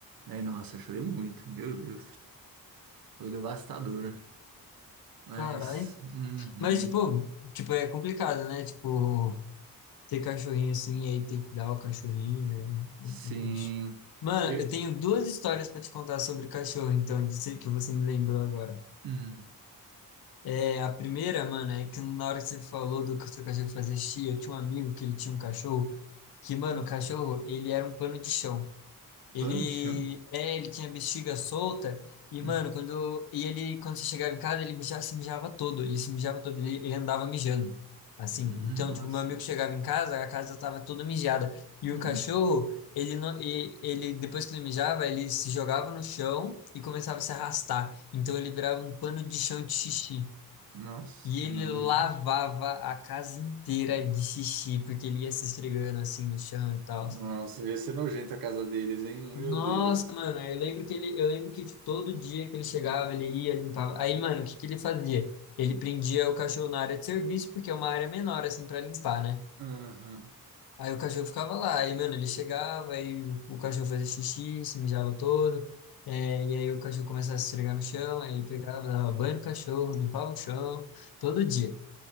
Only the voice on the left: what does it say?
Caralho.
Mas, tipo, tipo, é complicado, né? Tipo, ter cachorrinho assim, e aí ter que dar o cachorrinho,
é, é é triste. Mano,
eu tenho duas histórias pra te contar sobre cachorro, então, de ser que você me lembrou agora.
É, a primeira, mano, é que na hora que você falou do que o seu cachorro fazia xixi, eu tinha um amigo que ele tinha um cachorro, que, mano,
o cachorro, ele era um pano de chão. Ele,
é, ele tinha bexiga solta e,
mano, quando, e ele, quando você chegava em casa, ele mijava, se mijava todo, ele se mijava todo, ele, ele andava mijando, assim.
Então, tipo, meu amigo chegava em casa, a casa tava toda mijada. E
o cachorro, ele não, e, ele, depois que ele mijava, ele se jogava no chão e começava a se arrastar. Então, ele virava um pano de chão de xixi.
E
ele
lavava a casa inteira de xixi, porque ele ia se esfregando, assim, no chão e tal.
Nossa,
mano, eu lembro que ele, eu lembro que tipo, todo dia que ele chegava, ele ia, limpava. Aí, mano, o que que ele fazia? Ele prendia o cachorro na área de serviço, porque é uma área menor, assim, pra limpar, né?
Aí o cachorro ficava lá, aí, mano, ele chegava, aí o, o cachorro fazia xixi, se mijava todo, é, e aí o cachorro começava a se esfregar no chão, aí ele pegava, dava banho no cachorro, limpava o chão, todo dia.